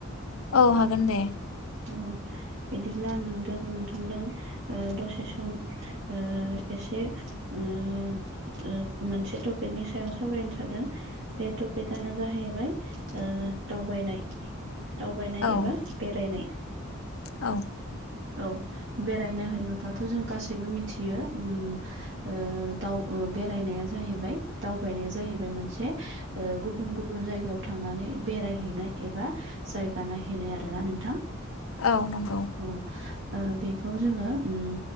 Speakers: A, on the left (about 85°); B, on the right (about 55°).
A: औ हागोन दे।
B: औ बिदिब्ला आं नोंदों नोंथांदों ओ दसे सम। ओ एसे। ओम ओ मोनसे टपिकनि सायाव सावरायनो सानदों बे टपिकआनो जाहैबाय ओ दावबायनाय। दावबायनाय
A: औ
B: एबा बेरायनाय।
A: औ।
B: ओ औ बेरायनो होनोबब्लाथ' जों गासैबो मिथियो ओम। ओ दाव बेरायनाया जाहैबाय दावबायनाया जाहैबाय मोनसे। ओ गुबुन गुबुन जायगायाव थांनानै बेरायहैनाय एबा जायगा नायहैनाय आरोना नोंथां।
A: औ नंगौ।
B: औ। ओ बेखौ जोङो ओम